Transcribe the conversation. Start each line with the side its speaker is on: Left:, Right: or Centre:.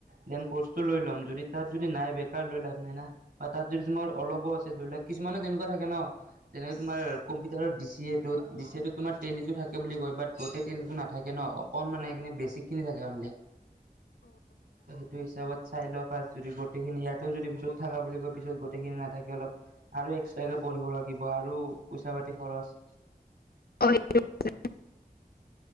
Right: দেন কৌষ্টটো লয় লম যদি তাত যদি নাই। বেকাৰ লৈ লাভ নাই ন তাত যদি তোমাৰ। অলপো আছে ধৰি লাকক কিছুমানো তেনেকুৱা থাকে ন? তেনেকে তোমাৰ কম্পিউটাৰৰ ডি চি এটোত ডি চি এটোত তোমাৰ টেলিটো থাকে বুলি কয়, বাট গোটেই টেলিটো নাথাকে ন কম মানে এইকিনে বেছিকখিনি থাকে অনলি। সেইটো হিচাপত চাই লওঁ ফাৰ্ষ্ট যদি গোটেইখিনি ইয়াতেও যদি পিছত থাকা বুলি কয় পিছত গৈ গোটেইখিনি নাথাকে অলপ আৰু এক্সট্ৰাকে পঢ়িব লাগিব আৰু পইচা - পাতি খৰচ
Left: অ সেইটো হয়।